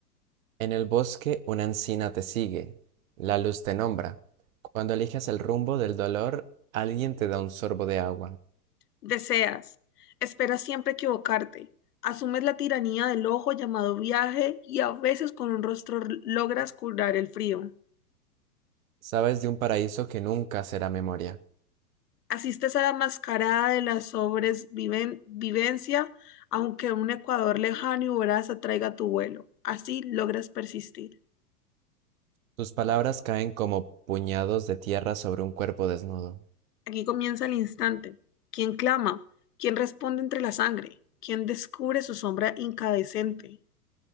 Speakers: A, on the right; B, on the left.
A: En el bosque una encina te sigue, la luz te nombra. Cuando eliges el rumbo del dolor, alguien te da un sorbo de agua.
B: Deseas, esperas siempre equivocarte, asumes la tiranía del ojo llamado viaje y a veces con un rostro logras curar el frío.
A: Sabes de un paraíso que nunca será memoria.
B: Asistes a la mascarada de la sobrevivencia, aunque un Ecuador lejano y voraz atraiga tu vuelo. Así logras persistir.
A: Tus palabras caen como puñados de tierra sobre un cuerpo desnudo.
B: Aquí comienza el instante. ¿Quién clama? ¿Quién responde entre la sangre? ¿Quién descubre su sombra incandescente?